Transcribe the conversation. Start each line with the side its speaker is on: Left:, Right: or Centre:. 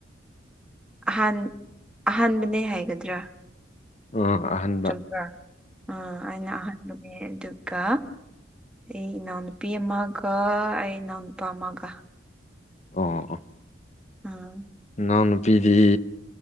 Centre: ꯑꯍꯥꯟ ꯑꯍꯥꯟꯕꯅꯦ ꯍꯥꯏꯒꯗ꯭ꯔꯥ
Left: ꯎꯝ ꯑꯍꯟ
Centre: ꯆꯨꯝꯕꯔ ‌ꯑꯥ‌ ꯑꯩꯅ ꯑꯍꯟ ꯅꯨꯃꯦ ꯑꯗꯨꯒ ꯑꯩ ꯏꯅꯥꯎ ꯅꯨꯄꯤ ꯑꯃꯒ ꯑꯩ ꯏꯅꯥꯎ ꯅꯨꯄꯥ ꯑꯃꯒ
Left: ꯑꯣ
Centre: ꯎꯝ <unintelligible>
Left: ꯏꯅꯥꯎ ꯅꯨꯨꯄꯤꯗꯤ